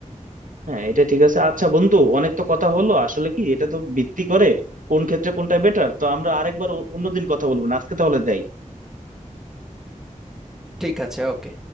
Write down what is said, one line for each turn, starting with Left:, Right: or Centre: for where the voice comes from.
Right: হ্যাঁ এটা ঠিক আছে আচ্ছা বন্ধু অনেক তো কথা হলো আসলে কি এটা তো ভিত্তি করে কোন ক্ষেত্রে কোনটা বেটার তো আমরা আরেকবার অ- অন্যদিন কথা বলবো না আজকে তাহলে যাই
Centre: ঠিক আছে ওকে